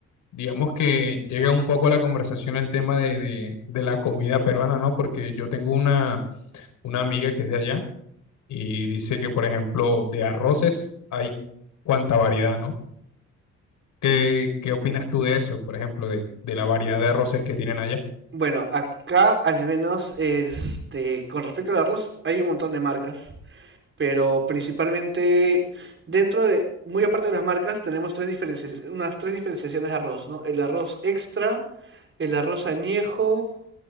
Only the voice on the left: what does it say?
digamos que llega un poco a la conversación el tema de, de, de la comida peruana, ¿no? Porque yo tengo una, una amiga que es de allá y dice que, por ejemplo, de arroces hay cuánta variedad, ¿no? ¿Qué, qué opinas tú de eso, por ejemplo, de, de la variedad de arroces que tienen allá?